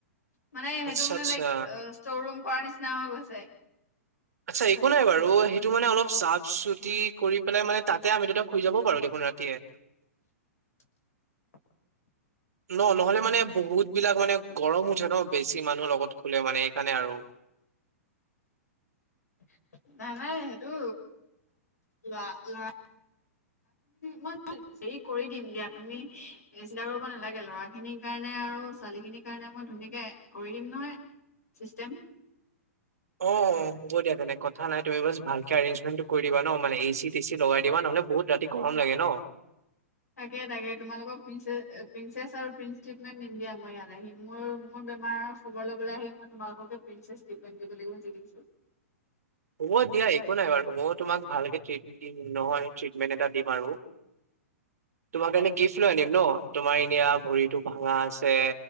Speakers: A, on the left (about 90°); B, on the right (about 80°).
A: মানে সেইটো
B: আচ্ছা
A: মানে
B: আচ্ছা
A: লাইক অ' ষ্টৰ ৰুম কৰ নিচিনা হৈ গৈছে।
B: আচ্ছা একো নাই বাৰু সেইটো মানে অলপ চাফ চুতি কৰি পেল মানে তাতে আমি দুটা খুই যাব পাৰো দেখোন ৰাতিয়ে <unintelligible>
A: <inaudible>
B: ন নহলে মানে বহুত বিলাক মানে গৰম উঠে ন বেছি মানুহৰ লগত শুলে মানে সেইকাৰণে আৰু
A: <inaudible> নাই নাই সেইটো লা লা মই হেৰি কৰি দিম দিয়া তুমি চিন্তা কৰিব নালাগে ল'ৰা খিনিৰ কাৰণে আৰু ছোৱালী খিনিৰ কাৰণে মই ধুনীয়াকৈ কৰি দিন নহয় চিষ্টেম।
B: অ' হ'ব দিয়া তেনে কথা নাই তুমি বছ ভালকে এৰেজমেন্টটো কৰি দিবা ন মানে এ চি টে চি লগাই দিবা ন। বহুত ৰাতি গৰম লাগে ন।
A: তাকে তাকে তোমালোকক প্ৰিনচেছ প্ৰিনচেছ আৰু প্ৰিন্স‌ ট্ৰিটমেণ্ট দিম দিয়া মই ইয়ালে আহি মোৰ মোৰ বেমাৰৰ খবৰ ল'বলৈ আহি মই তোমালোককে প্ৰিন্চেছ ট্ৰিটমেণ্ট দিব লাগিব যি দেখিছো।
B: হ'ব দিয়া একো নাই বাৰু মইয়ো তোমাক ভালকে দিম নহয় ট্ৰিটমেণ্ট এটা দিম আৰু।
A: <inaudible>
B: তোমাৰ কাৰণে গিফ্ট লৈ আনিম ন তোমাৰ এনেয়া ভৰিতটো ভাঙা আছে